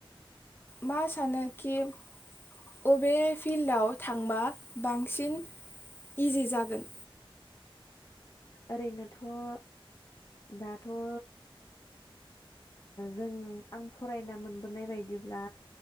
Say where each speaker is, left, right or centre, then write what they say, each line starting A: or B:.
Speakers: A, on the left; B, on the left.
A: मा सानोखि बबे फिल्डआव थांबा बांसिन इजि जागोन
B: ओरैनोथ' ओ दाथ' ओ जों आं फरायना मोनबोनाय बायदिब्ला